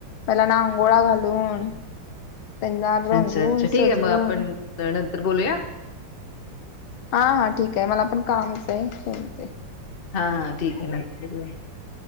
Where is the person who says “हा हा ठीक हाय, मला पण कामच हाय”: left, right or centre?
Left